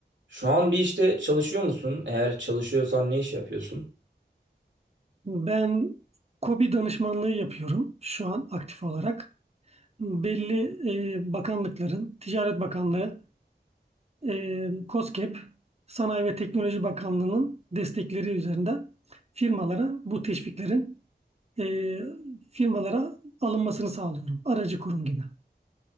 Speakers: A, on the right; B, on the right.
A: Şu an bir işte çalışıyor musun? Eğer çalışıyorsan ne iş yapıyorsun?
B: Ben KOBİ danışmanlığı yapıyorum şu an aktif olarak. Belli e, bakanlıkların, Ticaret Bakanlığı, e, KOSGEB, Sanayi ve Teknoloji Bakanlığı'nın destekleri üzerinden firmalara bu teşviklerin e, firmalara alınmasını sağlıyorum. Aracı kurum gibi.